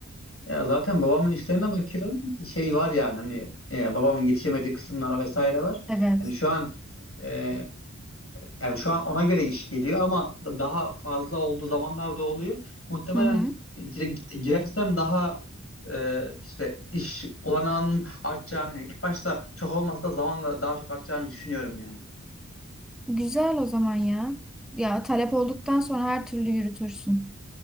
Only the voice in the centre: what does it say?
Evet.
Hı hı.
Güzel o zaman ya. Ya talep olduktan sonra her türlü yürütürsün.